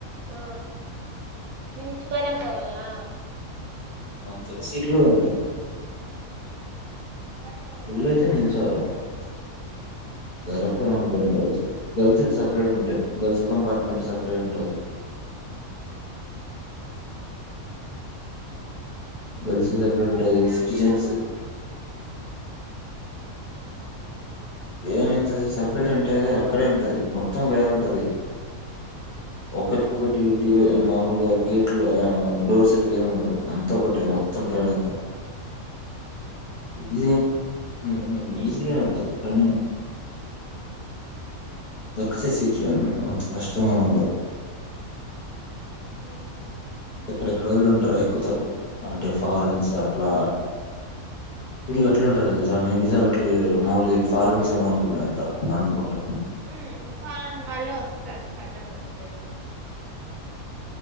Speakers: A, on the right; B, on the left.
A: ఆ పిలుచుకొనే పోవాలా
B: అంతే సీట్లు కూడా ఉంటాయి
A: కానీ మనకు
B: నేను
A: దొరకవు
B: అయితే నిల్చో
A: కదా
B: గలను గరక్ ఏంటిండి గర్ల్స్ సెపరేట్ ఉంటాయి గర్ల్స్ కంపార్ట్మెంట్ సపరేట్ గా ఉంటుంది గర్ల్స్ సపరెట్
A: ఒకవేళ
B: ఉంటుంది
A: ఫ్యామిలీ
B: సిటిజెన్స్
A: లాగా వస్తే
B: ఏమిటది సపరేట్ అంటే అక్కడే ఉంటుది మొత్తం వేరే ఉంటది ఒకటికొకటి మామూలుగా గేట్ లో డోర్స్ అట్లు ఏమి ఉండవు అంత ఒకటే మొత్తం టైమ్ ఎంత ఇది ఆ ఆ ఉంది కదా తను దొరికితే సీట్లు అంత కష్టంగా ఉండదు
A: ఉ హు
B: ఎక్కడెక్కడళ్ళు ఉంటారు ఎక్కుతారు అంటే ఫారెన్స్ అట్లా మీనికి అట్లా ఉంటారు తెలుసా నేను దసాల అట్టు మాములుగా వెళ్ళ ఫారెన్స్ ఏమో అనుకున్నా అంత అనుకుంటాను
A: ఉ కాదు అన్న వాళ్ళే వస్తారు హైదరాబాద్ కి